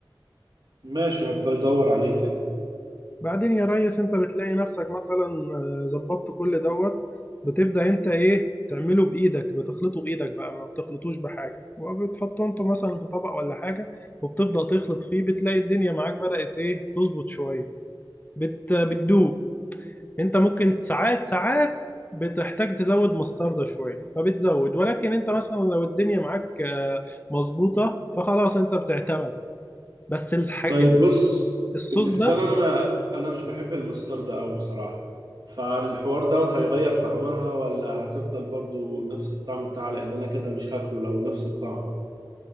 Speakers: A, on the right (about 60°); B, on the left (about 20°).
A: ماشي هبقى ادور عليه كده
B: بعدين يا ريس انت بتلاقي نفسك مثلا آه، ظبطت كل دوت بتبدأ انت ايه تعمله بايدك بتخلطه بايدك بقى ما بتخلطوش بحاجة وبتحطه انت مثلا في طبق ولا حاجة وبتبدأ تخلط فيه بتلاقي الدنيا معاك بدأت ايه تظبط شوية بت... بتدوب انت ممكن ساعات ساعات بتحتاج تزود مستردة شوية فبتزود ولكن انت مثلا لو الدنيا معاك آه، مظبوطة فخلاص انت بتعتمد بس الح... ال-
A: طيب بص
B: الصوص
A: بالنسبة
B: ده
A: لي انا انا مش بحب المسترد قوي بصراحة فالحوار دوت هيغير طعمها ولا هتفضل برضو نفس الطعم بتاعها لان انا كده مش هاكله لو نفس الطعم